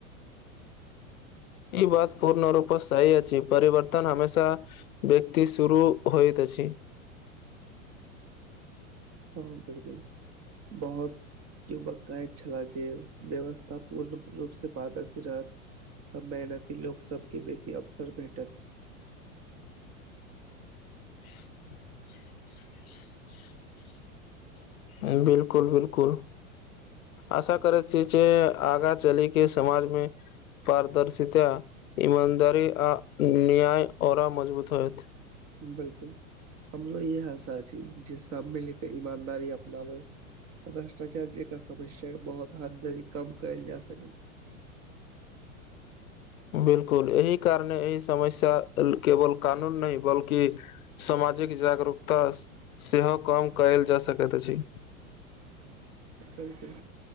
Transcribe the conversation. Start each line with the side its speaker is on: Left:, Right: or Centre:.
Left: ई बात पूर्ण रूपे सही अछि, परिवर्तन हमेशा व्यक्ति शुरू होइत अछि।
Right: हँ बिलकुल बहुत के बकाय छला जे व्यवस्था पूर्ण रूप से पारदर्शी रहत तऽ मेहनती लोक सबके बेसी अवसर भेटत।
Left: <inaudible> बिल्कुल -बिलकुल आशा करैत छिय, जे आगाँ चलई के समाजमे पारदर्शिता इमानदारी आ न्याय ओरा मजबूत होयत।
Right: बिलकुल हमरो इहे आशा छी, जे सब मिलके ईमानदारी अपनावै। तऽ भ्रष्टाचार जेका समस्या ह बहुत हदारी कम कयल जा सकै।
Left: बिलकुल एहि कारणे एहि समस्या केवल कानून नय बल्कि सामाजिक जागरूकता सेहो कम कयल जा सकैत अछि।
Right: बिलकुल